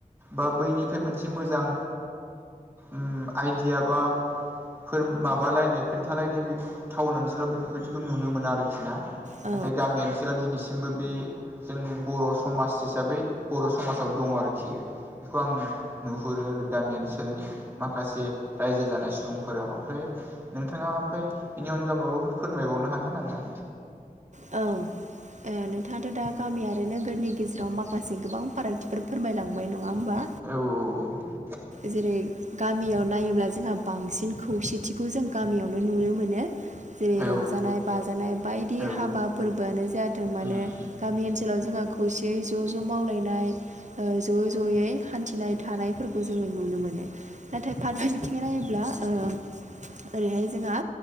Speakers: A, on the right; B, on the right.
A: बा बैनिफ्राय मोनसे मोजां उम आइडिया बा फोर माबालायनाय खोन्थालायनाय टाउन ओनसोलाव बेफोरबायदिखौ नुनो मोनो आरोखि ना
B: औ
A: नाथाय गामि ओनसोलाव दिनैसिमबो बे जों बर' समाज हिसाबै बर' समाजाव दं आरोखि बेखौ आं नुहुरो आरो गामि ओनसोलनि माखासे रायजो जानाय सुबुं फोराव ओमफ्राय नोंथाङा ओमफ्राय बेनि अनगा माबाफोर फोरमायबावनो हागोन आङो
B: औ नोंथाङाथ' दा गामि आरो नोगोरनि गेजेराव माखासे गोबां फारागथिफोर फोरमायलांबाय नङा होमबा
A: औ-औ
B: जेरै गामियाव नायोब्ला जोंहा बांसिन खौसेथिखौ जों गामियावनो नुनो मोनो जेरै
A: औ
B: रंजानाय बाजानाय बायदि
A: औ
B: हाबा फोरबोआनो जायाथों मानोे
A: उम
B: गामि ओनसोलाव जोंहा खौसेयै ज' ज' मावलायनाय ज' ज'यै हान्थिनाय थानायफोरखौ जोङो नुनो मोनो नाथाय फारसे बिथिङै नायो ब्ला ओरैहाय जोंहा